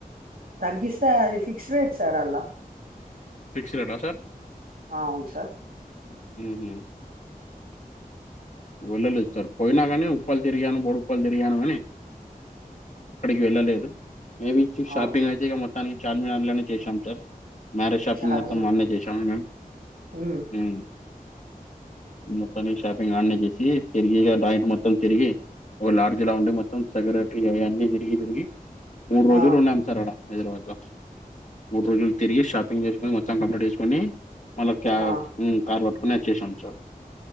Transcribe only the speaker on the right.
తగ్గిస్తే అది ఫిక్స్ రేట్ సార్ అల్లా
అవును సార్
అవును
చార్మినార్
ఉమ్.
ఆ.
ఆ